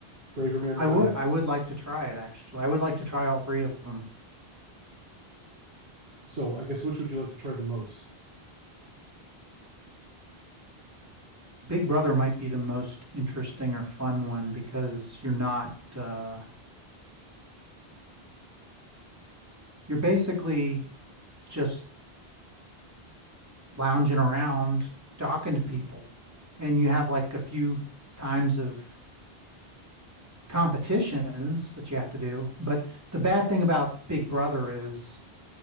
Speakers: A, on the right (about 75°); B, on the right (about 15°).
A: Braver man
B: I
A: than
B: would
A: I am.
B: I would like to try it actually. I would like to try all three of them.
A: So I guess which would you like to try the most?
B: Big Brother might be the most interesting or fun one because you're not uh, you're basically just lounging around talking to people, and you have like a few times of competitions that you have to do. But the bad thing about Big Brother is